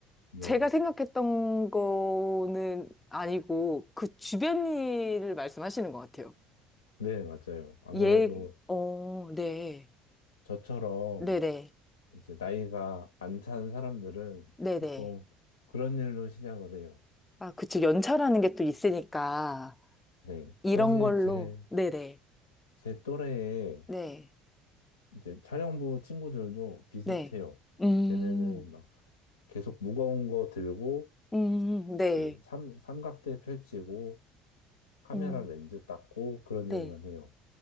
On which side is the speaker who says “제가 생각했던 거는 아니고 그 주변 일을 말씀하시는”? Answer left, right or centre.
Left